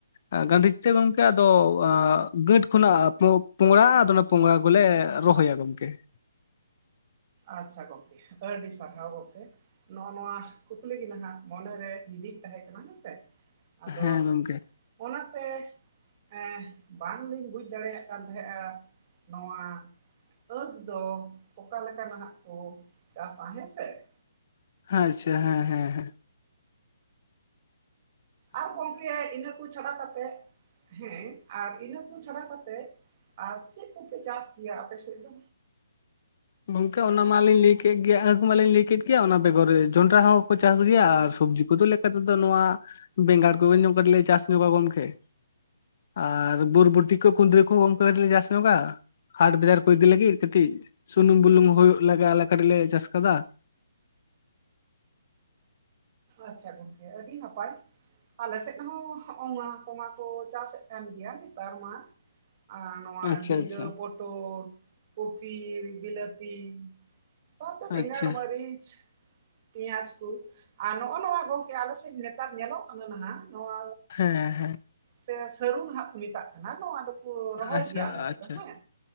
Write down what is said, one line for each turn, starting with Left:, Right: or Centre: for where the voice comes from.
Left: ᱮᱸ ᱜᱟᱹᱰᱤᱡ ᱛᱮ ᱜᱚᱢᱠᱮ ᱫᱚ ᱜᱹᱟᱴ ᱠᱷᱚᱱᱟᱜ ᱯᱚ ᱯᱚᱝᱲᱟᱜᱟ ᱟᱫᱚ ᱚᱱᱟ ᱯᱚᱝᱲᱟ ᱠᱚᱞᱮ ᱨᱚᱦᱚᱭᱟ ᱜᱚᱢᱠᱮ ᱾
Right: ᱟᱪᱪᱷᱟ ᱜᱚᱝᱠᱮ, ᱟᱹᱰᱤ ᱥᱟᱨᱦᱟᱣ ᱜᱚᱝᱠᱮ ᱾ ᱱᱚᱜᱼᱚ ᱱᱚᱣᱟ ᱠᱩᱠᱞᱤ ᱜᱮ ᱡᱟᱦᱟᱸ ᱢᱚᱱᱮᱨᱮ ᱦᱤᱫᱤᱡ ᱛᱟᱦᱮᱸ ᱠᱟᱱᱟ ᱦᱮᱸᱥᱮ ᱾ ᱟᱫᱚ
Left: ᱦᱮᱸ ᱜᱚᱢᱠᱮ
Right: ᱚᱱᱟᱛᱮᱼᱼ ᱮᱸᱜ ᱵᱟᱝᱞᱤᱧ ᱵᱩᱡᱽ ᱫᱟᱲᱮᱭᱟᱜ ᱠᱟᱱ ᱛᱟᱦᱮᱜᱼᱟ ᱱᱚᱣᱟᱼᱼ ᱟᱹᱠ ᱫᱚ ᱚᱠᱟ ᱞᱮᱠᱟ ᱱᱟᱜ ᱠᱚ ᱪᱟᱥᱟ ᱦᱮᱸᱥᱮ ᱾
Left: ᱟᱪᱪᱷᱟ ᱦᱮᱸ ᱦᱮᱸ ᱦᱮᱸ ᱾
Right: ᱟᱨ ᱜᱚᱢᱠᱮ ᱤᱱᱟᱹ ᱠᱚ ᱪᱷᱟᱰᱟ ᱠᱟᱛᱮᱫᱼᱼ ᱦᱮᱸ ᱟᱨ ᱤᱱᱟᱹ ᱠᱚ ᱪᱷᱟᱰᱟ ᱠᱟᱛᱮᱜ ᱟᱨ ᱪᱮᱫ ᱠᱚᱯᱮ ᱪᱟᱥ ᱜᱮᱭᱟ ᱟᱯᱮ ᱥᱮᱫ ᱫᱚ?
Left: ᱜᱚᱝᱠᱮ ᱚᱱᱟ ᱢᱟᱞᱤᱧ ᱞᱟᱹᱭ ᱠᱮᱜ ᱜᱮᱭᱟ ᱟᱹᱠ ᱢᱟᱞᱤᱧ ᱞᱟᱹᱭ ᱠᱮᱜ ᱜᱮᱭᱟ ᱚᱱᱟ ᱵᱮᱜᱚᱨ ᱡᱚᱱᱰᱨᱟ ᱦᱚᱸᱠᱚ ᱪᱟᱥ ᱜᱮᱭᱟ ᱟᱨ ᱥᱚᱵᱽᱡᱤ ᱠᱚᱫᱚ ᱞᱮᱼᱼ ᱱᱤᱛᱚᱜ ᱫᱚ ᱱᱚᱶᱟ ᱵᱮᱸᱜᱟᱲ ᱠᱚᱜᱮ ᱧᱩ ᱠᱟᱹᱴᱤᱡ ᱞᱮ ᱪᱟᱥ ᱧᱚᱜᱟ ᱜᱚᱢᱠᱮ ᱾ ᱟᱨ ᱵᱳᱨᱵᱩᱴᱤ ᱠᱚ ᱠᱩᱫᱽᱨᱤ ᱠᱚ ᱚᱱᱠᱟᱞᱮ ᱪᱟᱥ ᱧᱚᱜᱟ ᱾ ᱦᱟᱴ ᱵᱟᱡᱟᱨ ᱠᱚ ᱤᱫᱤ ᱞᱟᱹᱜᱤᱫ ᱠᱟᱹᱴᱤᱡ ᱥᱩᱱᱩᱢ ᱵᱩᱞᱩᱝ ᱦᱩᱭᱩᱜ ᱞᱟᱜᱟ ᱟᱞᱮ ᱠᱟᱹᱴᱤᱡ ᱞᱮ ᱪᱟᱥ ᱟᱠᱟᱫᱟ ᱾
Right: ᱟᱪᱪᱷᱟ ᱜᱚᱝᱠᱮ ᱟᱹᱰᱤ ᱱᱟᱯᱟᱭ ᱾ ᱟᱞᱮ ᱥᱮᱫ ᱦᱚᱸ ᱦᱚᱜᱼᱚ ᱱᱚᱣᱟ ᱠᱚ ᱢᱟᱠᱚ ᱪᱟᱥ ᱮᱫ ᱠᱟᱱ ᱜᱮᱭᱟ ᱱᱮᱛᱟᱨ ᱢᱟ ᱾ ᱟᱨ ᱱᱚᱣᱟ
Left: ᱟᱪᱪᱷᱟ
Right: ᱡᱤᱸᱜᱟᱹ,
Left: ᱟᱪᱪᱷᱟ
Right: ᱯᱚᱴᱚᱞ, ᱠᱚᱯᱤ, ᱵᱤᱞᱟᱹᱛᱤᱼᱼ ᱥᱟᱶᱛᱮ
Left: ᱟᱪᱪᱷᱟ
Right: ᱵᱮᱜᱟᱲ, ᱢᱟᱹᱨᱤᱪ, ᱯᱮᱭᱟᱡ ᱠᱚ ᱾ ᱟᱨ ᱱᱚᱜᱼᱚ ᱱᱚᱣᱟ ᱜᱚᱝᱠᱮ ᱟᱞᱮ ᱥᱮᱫ ᱱᱮᱛᱟᱨ ᱧᱮᱞᱚᱜ ᱠᱟᱱᱟ ᱱᱟᱜ ᱱᱚᱣᱟᱼᱼ
Left: ᱦᱮᱸ ᱦᱮᱸ ᱾
Right: ᱥᱮ ᱥᱟᱹᱨᱩ ᱱᱟᱸᱜ ᱠᱚ ᱢᱮᱛᱟᱜ ᱠᱟᱱᱟ ᱱᱚᱣᱟ ᱫᱚ ᱾ ᱠᱚ ᱨᱚᱦᱚᱭ
Left: ᱟᱪᱪᱷᱟ
Right: ᱜᱮᱭᱟ ᱟᱞᱮ ᱥᱮᱫ
Left: ᱟᱪᱪᱷᱟ
Right: ᱫᱚ ᱦᱮᱸ,